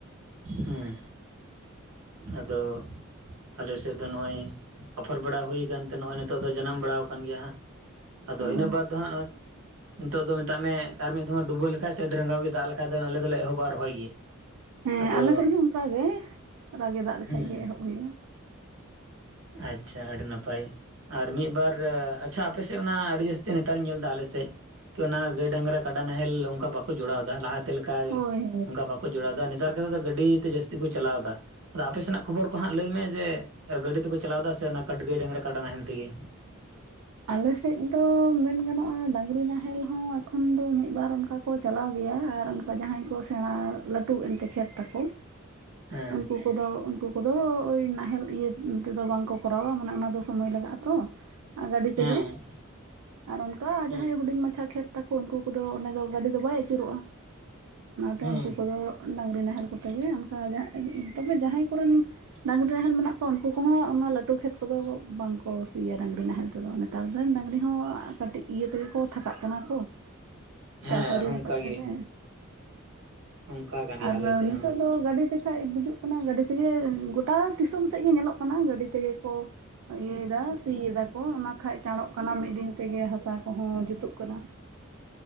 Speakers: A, on the right; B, on the right.
A: ᱦᱩᱸ ᱟᱫᱚ ᱟᱞᱮᱥᱮᱫ ᱫᱚ ᱱᱚᱜᱼᱚᱭ ᱟᱯᱷᱚᱨ ᱵᱟᱲᱟ ᱦᱩᱭᱠᱟᱱᱛᱮ ᱱᱚᱜᱼᱚᱭ ᱱᱤᱛᱚᱜ ᱫᱚ ᱡᱟᱱᱟᱢ ᱵᱟᱲᱟ ᱟᱠᱟᱱ ᱜᱮᱭᱟ ᱦᱟᱸᱜ ᱾ ᱟᱫᱚ
B: ᱦᱳᱭ
A: ᱤᱱᱟᱹ ᱵᱟᱫᱽ ᱫᱚ ᱦᱟᱸᱜ ᱱᱚᱭ ᱱᱤᱛᱚᱜ ᱫᱚ ᱢᱮᱛᱟᱜ ᱢᱮ ᱟᱨ ᱢᱤᱫ ᱫᱷᱚᱢ ᱰᱩᱵᱟᱹ ᱞᱮᱠᱟᱱ ᱥᱮ ᱟᱹᱰᱤ ᱨᱟᱸᱜᱟᱣ ᱜᱮ ᱫᱟᱜ ᱞᱮᱠᱷᱟᱱ ᱫᱚ ᱟᱞᱮ ᱫᱚ ᱞᱮ ᱮᱦᱚᱵᱼᱟ ᱨᱚᱦᱚᱭ ᱜᱮ
B: ᱦᱮᱸ
A: ᱟᱫᱚ
B: ᱟᱞᱮᱥᱮᱫ ᱦᱚᱸ ᱚᱱᱠᱟ ᱜᱮ ᱨᱟᱹᱜᱤ ᱫᱟᱜ ᱞᱮᱠᱷᱟᱱ
A: ᱦᱮᱸ
B: ᱜᱮ ᱮᱦᱚᱵ ᱦᱩᱭᱩᱜᱼᱟ ᱾
A: ᱟᱪᱪᱷᱟ ᱟᱹᱰᱤ ᱱᱟᱯᱟᱭ᱾ ᱟᱨ ᱢᱤᱫ ᱵᱟᱨ ᱟᱪᱪᱷᱟ ᱟᱯᱮᱥᱮᱫ ᱚᱱᱟ ᱟᱹᱰᱤ ᱡᱟᱹᱥᱛᱤ ᱱᱮᱛᱟᱨ ᱤᱧ ᱧᱮᱞ ᱮᱫᱟ ᱟᱞᱮᱥᱮᱫ ᱚᱱᱟ ᱜᱟᱹᱭ ᱰᱟᱝᱨᱟ ᱠᱟᱰᱟ ᱱᱟᱦᱮᱞ ᱚᱱᱠᱟ ᱵᱟᱠᱚ ᱡᱚᱲᱟᱣ ᱮᱫᱟ ᱞᱟᱦᱟ- ᱞᱮᱠᱟ
B: ᱦᱳᱭ
A: ᱚᱱᱠᱟ ᱵᱟᱠᱚ ᱡᱚᱲᱟᱣ ᱮᱫᱟ ᱱᱮᱛᱟᱨ ᱫᱚ ᱜᱟᱹᱰᱤ ᱛᱮ ᱡᱟᱹᱥᱛᱤ ᱠᱚ ᱪᱟᱞᱟᱣ ᱮᱫᱟ ᱟᱫᱚ
B: ᱦᱳᱭ
A: ᱟᱯᱮ ᱥᱮᱱᱟᱜ ᱠᱷᱚᱵᱚᱨ ᱠᱚ ᱦᱟᱸᱜ ᱞᱟᱹᱭ ᱢᱮ ᱡᱮ ᱜᱟᱹᱰᱤ ᱛᱮᱠᱚ ᱪᱟᱞᱟᱣ ᱮᱫᱟ ᱥᱮ ᱚᱱᱟ ᱠᱟᱴ ᱜᱟᱹᱭ ᱰᱟᱝᱨᱟ ᱠᱟᱰᱟ ᱱᱟᱦᱮᱞ ᱛᱮᱜᱮ
B: ᱟᱞᱮᱥᱮᱫ ᱫᱚ ᱢᱮᱱ ᱜᱟᱱᱚᱜᱼᱟ ᱰᱟᱹᱝᱨᱤ ᱱᱟᱦᱮᱞ ᱦᱚᱸ ᱮᱠᱷᱚᱱ ᱫᱚ ᱢᱤᱫ ᱵᱟᱨ ᱚᱱᱠᱟ... ᱠᱚ ᱪᱟᱞᱟᱣ ᱜᱮᱭᱟ ᱟᱨ ᱚᱱᱠᱟ ᱡᱟᱦᱟᱸᱭ ᱠᱚ ᱥᱮᱬᱟ ᱞᱟᱹᱴᱩ ᱮᱱᱛᱮ ᱠᱷᱮᱛ ᱛᱟᱠᱚ
A: ᱦᱮᱸ
B: ᱩᱱᱠᱩ ᱩᱱ ᱠᱚᱫᱚ ᱩᱱᱠᱩ ᱠᱚᱫᱚ ᱳᱭ ᱱᱟᱦᱮᱞ ᱤᱭᱟᱹ ᱛᱮᱫᱚ ᱵᱟᱝᱠᱚ ᱠᱚᱨᱟᱣᱟ ᱢᱟᱱᱮ ᱚᱱᱟᱫᱚ ᱥᱚᱢᱚᱭ ᱞᱟᱜᱟᱜᱼᱟ ᱛᱚ ᱟ ᱜᱟᱹᱰᱤ
A: ᱦᱮᱸ
B: ᱛᱮᱜᱮ ᱟᱨ ᱚᱱᱠᱟ
A: ᱦᱮᱸ
B: ᱡᱟᱦᱟᱸᱭ ᱦᱩᱰᱤᱧ ᱢᱟᱪᱷᱟ ᱠᱷᱮᱛ ᱛᱟᱠᱚ ᱩᱱᱠᱩ ᱠᱚᱫᱚ ᱚᱰᱮ ᱫᱚ ᱜᱟᱹᱰᱤ ᱫᱚ ᱵᱟᱭ ᱟᱹᱪᱩᱨᱚᱜᱼᱟ ᱾ ᱚᱱᱟᱛᱮ
A: ᱦᱮᱸ
B: ᱩᱱᱠᱩ ᱠᱚᱫᱚ ᱰᱟᱝᱨᱤ ᱱᱟᱦᱮᱞ ᱠᱚᱛᱮ ᱜᱮ ᱚᱱᱠᱟ ᱛᱚᱵᱮ ᱡᱟᱦᱟᱸᱭ ᱠᱚᱨᱮᱱ <inaudible> ᱰᱟᱹᱟᱝᱨᱤ ᱱᱟᱦᱮᱞ ᱢᱮᱱᱟᱜ ᱠᱚᱣᱟ ᱩᱱᱠᱩ ᱠᱚᱦᱚᱸ ᱚᱱᱟ ᱞᱟᱹᱴᱩ ᱠᱷᱮᱛ ᱠᱚᱫᱚ ᱵᱟᱝᱠᱚ ᱥᱤᱭᱟ ᱰᱟᱝᱨᱤ ᱱᱟᱦᱮᱞ ᱟᱫᱚ ᱱᱮᱛᱟᱨ ᱨᱮᱱ ᱰᱟᱹᱝᱨᱤ ᱦᱚᱸ ᱠᱟᱹᱴᱤᱡ ᱤᱭᱟᱹ ᱛᱮᱜᱮ ᱠᱚ ᱛᱷᱟᱠᱟᱜ ᱠᱟᱱᱟ ᱠᱚ
A: ᱦᱮᱸ
B: ᱪᱟᱥ ᱟᱹᱣᱨᱤ
A: ᱚᱱᱠᱟ
B: ᱨᱟᱠᱟᱵ ᱛᱮᱜᱮ
A: ᱜᱮ ᱚᱱᱠᱟ ᱠᱟᱱ ᱜᱮᱭᱟ
B: ᱟᱨ
A: ᱟᱞᱮ ᱥᱮᱫ
B: ᱱᱤᱛᱳᱜ
A: ᱦᱚᱸ
B: ᱫᱚ ᱜᱟᱹᱰᱤ ᱛᱚ ᱠᱷᱟᱱ ᱵᱩᱡᱩᱜ ᱠᱟᱱᱟ ᱜᱟᱹᱰᱤ ᱛᱮᱜᱮ ᱜᱚᱴᱟ ᱫᱤᱥᱚᱢ ᱥᱮᱫ ᱜᱮ ᱧᱮᱞᱚᱜ ᱠᱟᱱᱟ ᱜᱟᱹᱰᱤ ᱛᱮᱜᱮ ᱠᱚ ᱤᱭᱟᱹᱮᱫᱟ ᱥᱤ ᱮ ᱫᱟ ᱠᱚ ᱚᱱᱟ ᱠᱷᱟᱱ ᱪᱟᱬᱚᱜ ᱠᱟᱱᱟ ᱢᱤᱫ ᱫᱤᱱ ᱛᱮᱜᱮ ᱦᱟᱥᱟ ᱠᱚᱦᱚᱸ ᱡᱩᱛᱩᱜ ᱠᱟᱱᱟ ᱾